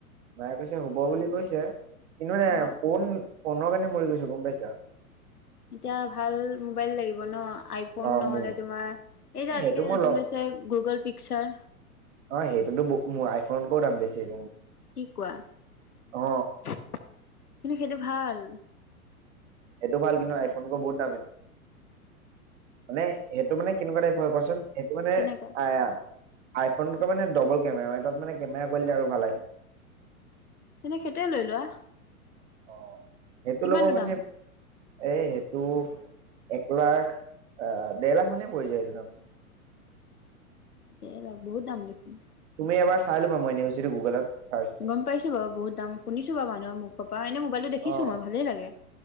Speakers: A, on the right (about 50°); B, on the left (about 75°).
A: মায়ে কৈছে হ'ব বুলি কৈছে সেইতো কাৰণে
B: অ
A: ফোন ফোনৰ কাৰণে মৰি গৈছো গম পাইছা।
B: এতিয়া ভাল মোবাইল লাগিব ন, আইফোন
A: অ
B: নহলে
A: মোৰ
B: তোমাৰ এই যে আজিকালি
A: সেইটো মই
B: নতুনৈ
A: লম
B: গুগ পিক্সাৰ।
A: অ সেইটোতোৰ, মোৰ আইফোনতকৈও দাম বেছি।
B: কি কোৱা?
A: অ
B: কিন্তু সেইটো ভাল।
A: সেইটো ভাল কিন্তু আইফোনক বহুত দামী, মানে সেইটো মানে কেনেকুৱা টাইপৰ হয় কোৱাচোন? সেইটো মানে
B: কেনেকুৱা
A: আ আইফোনটো মানে ডবল কেমেৰা হয় তাত মানে কেমেৰা কোৱালিটি আৰু ভাল হয়।
B: তেনে সেইটোৱেই লৈ লোৱা।
A: অ সেইটো
B: কিমাননো
A: ল'ব পে
B: দাম
A: এ সেইটো এক লাখ, আহ দেৰ লাখ মানেই পৰি যায়।
B: এৰা বহুত দাম দেখোন
A: তুমি এবাৰ চাই লবা মই এনেই কইছিলো গুগলত চাৰ্চ
B: গম পাইছো বাৰু বহুত দাম শুনিছো বাৰু মানুহৰ মোক পৰা, এনে মোবাইলটো দেখিছো
A: অ
B: মই ভালেই লাগে।